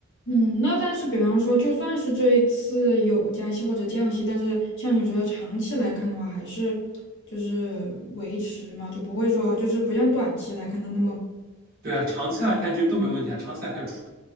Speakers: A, on the left; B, on the right.
A: 嗯，那但是比方说，就算是这一次有加息或者降息，但是像你说的长期来看的话，还是就是维持嘛，就不会说就是不像短期来看它那么
B: 对啊，长期来看其实都没问题啊。长期来看，除